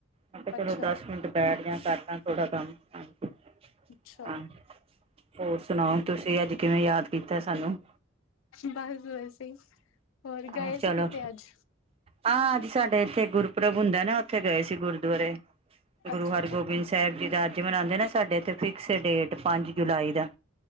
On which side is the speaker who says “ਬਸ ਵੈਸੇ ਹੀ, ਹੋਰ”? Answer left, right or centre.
Left